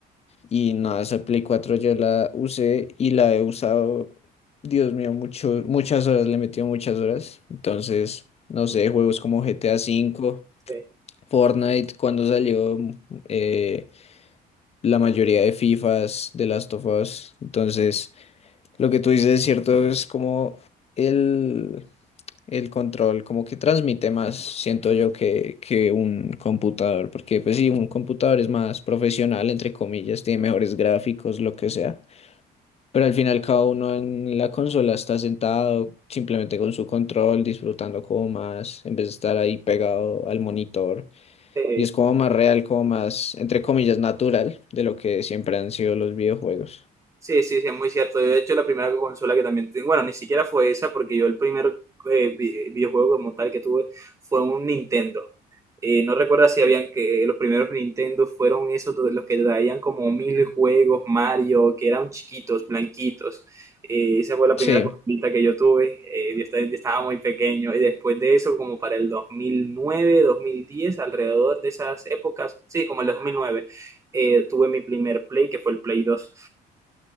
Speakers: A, on the left (about 40°); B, on the right (about 20°).
A: Y nada, esa Play 4 yo la usé y la he usado, Dios mío, mucho, muchas horas, le he metido muchas horas. Entonces, no sé, juegos como GTA cinco
B: Sí,
A: Fortnite, cuando salió eh, la mayoría de FIFAs, de Last of Us. Entonces, lo que tú dices es cierto, es como el, el control, como que transmite más, siento yo, que, que un computador. Porque, pues sí, un computador es más profesional, entre comillas, tiene mejores gráficos, lo que sea pero al final cada uno en la consola está sentado simplemente con su control, disfrutando como más, en vez de estar ahí pegado al monitor.
B: sí.
A: Y es como más real, como más, entre comillas, natural de lo que siempre han sido los videojuegos.
B: Sí, sí, sí, es muy cierto. Yo, de hecho, la primera consola que también tengo, bueno, ni siquiera fue esa, porque yo el primer eh, vi- videojuego como tal que tuve fue un Nintendo. Eh, no recuerdo si habían que los primeros Nintendo fueron esos de los que traían como mil juegos, Mario, que eran chiquitos, blanquitos. Eh, esa fue la primera
A: Sí,
B: consolita que yo tuve. Eh, yo esta- yo estaba muy pequeño. Y después de eso, como para el 2009, 2010, alrededor de esas épocas, sí, como el 2009, eh, tuve mi primer Play, que fue el Play 2.